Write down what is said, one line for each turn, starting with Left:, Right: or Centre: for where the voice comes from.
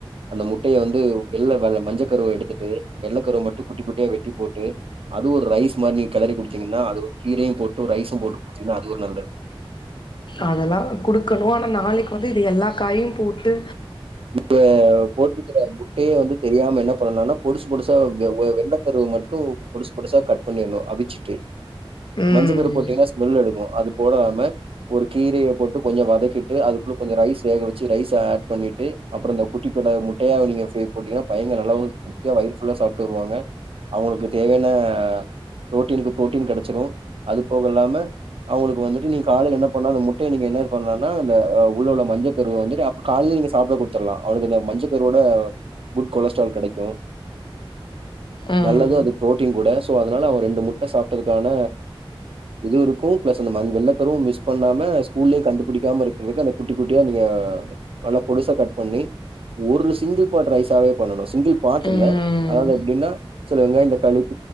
Right: அந்த முட்டையை வந்து வெள்ள வெ மஞ்ச கருவ எடுத்துட்டு வெள்ள கருவ மட்டு குட்டி குட்டியா வெட்டி போட்டு அது ஒரு ரைஸ் மாரி நீங்க கிளறி குடுத்தீங்கன்னா அது ஒரு கீரையு போட்டு ரைஸு ம் போட்டு குடுத்தீங்கன்னா அது ஒரு நல்லது
Left: அதெல்லா குடுக்கணு ஆனா நாளைக்கு வந்து இது எல்லா காயு போட் ட்டு
Right: இப்ப போட்ருக்கற முட்டையே வந்து தெரியாம என்னப் சொண்ணனா பொடிசு பொடுசா வெள்ள கருவ மட்டு பொடிசு பொடுசா கட் பண்ணிருனோ அவிச்சுட்டு
Left: ம்
Right: மஞ்ச கரு போட்டீங்கன்னா ஸ்மெல் அடிக்கு அது போடலாமே ஒரு கீரையை போட்டு கொஞ்ச வதக்கிட்டு அதுக்குள்ள கொஞ்ச ரைஸ் வேக வச்சு ரைஸ் ஹட் பண்ணிட்டு அப்பற இந்த குட்டி கடை முட்டையா நீங்க ஃப்ரை பிறகு போட்டீங்கன்னா பையங்க நல்லாவ திருப்தியா வயிறு ஃபுல்லா சாப்ட்டு வருவாங்க அவுங்களுக்கு தேவையான பு்ரோட்டீனுக்கு ப்ரோட்டீன் கெடைச்சிடு அது போக இல்லாம அவுங்களுக்கு வந்துட்டு நீங்க கால்ல என்ன பண்ணா அந்த முட்டையை நீங்க என்ன பண்லானா அந்த உள்ள உள்ள மஞ்ச கருவ வந்துட்டு அப்பற காலையல நீங்க சாப்டாம குடுத்துராலா அவக்கு இந்த மஞ்ச கருயோட. குட் கொலஸ்ட்ரால் கெடைக் ஹலோ
Left: ம்
Right: நல்லது அது பு்ரோட்டீன் கூட சோ அ இதனால அவ ரெண்டு முட்ட சாப்ட்டதுக்கான இதுவு இருக்கு பிளஸ் அந்த மண் வெள்ளகருவு மிஸ் பண்ணாம ஸ்கூல்லயு கண்டுபுடிக்காம இருக்கிறதுக்கு அந்த குட்டிகுட்டியா நீங்க நல்ல பொடுசா கட் பண்ணி ஒரு சிங்கிள் பாட் ரைஸாவவே பண்ணனு சிங்கிள் பாட்டுல
Left: ம்
Right: அதாவது எப்பிடின்னா சொல்லுங்க இந்த களிப்